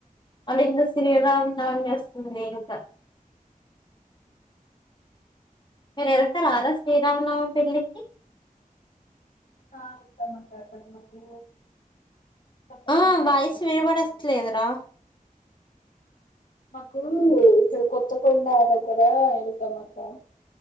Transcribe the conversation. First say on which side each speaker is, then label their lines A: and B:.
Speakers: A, on the left (about 30°); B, on the left (about 65°).
A: మళ్ళి ఇంకా
B: అంతే
A: శ్రీరామనవమి
B: కదా
A: చేస్తుంది ఇంకా మీరు వెళ్తారా ఆరోజ్ శ్రీరామన్నవి పెళ్ళికి
B: ఆ వెళ్దాం అక్క అక్కడ మాకు కొత్తకొండ
A: ఆ
B: జాతర
A: వాయిసు
B: వస్తది
A: వినబడుస్తాలేదు రా
B: కూ ఇక్కడ కొత్తకొండ దగ్గర వెళ్తాం అక్క